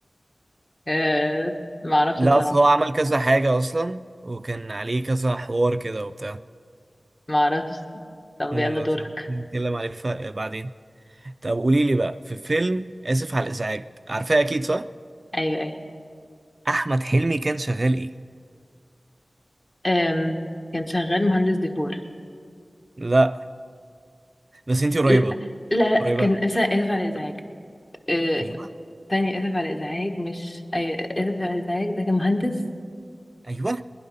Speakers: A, on the left; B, on the right.
A: أه معرفش
B: لا
A: بصراحة
B: اصل هو عمل كذا حاجه اصلا وكان عليه كذا حوار كده وبتاع
A: معرفش طب
B: مم،
A: يلا دورك
B: بس نتكلم عليه ف- بعدين طب قولي لي بقى في فيلم اسف على الازعاج عارفاه اكيد صح
A: ايوه ايوه
B: احمد حلمي كان شغال ايه
A: أم. كان شغال مهندس ديكور
B: لا بس انتي قريبه
A: لا لا, لا.
B: قريبه
A: كان
B: أوي.
A: آسف آسف على الازعاج أه.
B: ايوه
A: تاني اسف على الازعاج مش ايوه اسف على الازعاج ده كان مهندس
B: ايوه